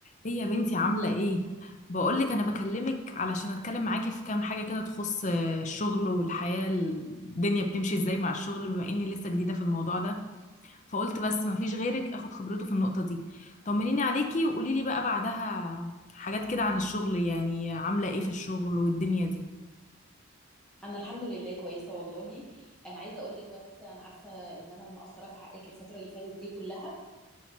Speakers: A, on the left (about 35°); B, in the centre.
A: ايه يا بنتي عاملة ايه؟ بقولك انا بكلمك علشان اتكلم معاكي في كام حاجة كده تخص آه، الشغل والحياة الدنيا بتمشي ازاي مع الشغل بما اني لسه جديدة في الموضوع ده فقلت بس مفيش غيرك اخد خبرته في النقطة دي طمنيني عليكي وقولي لي بقى بعدها حاجات كده عن الشغل يعني عاملة ايه في الشغل والدنيا دي
B: انا الحمد لله كويسه والله انا عايزه اقول لك بس انا عارفه ان انا مقصره في حقك الفتره اللي فاتت دي كلها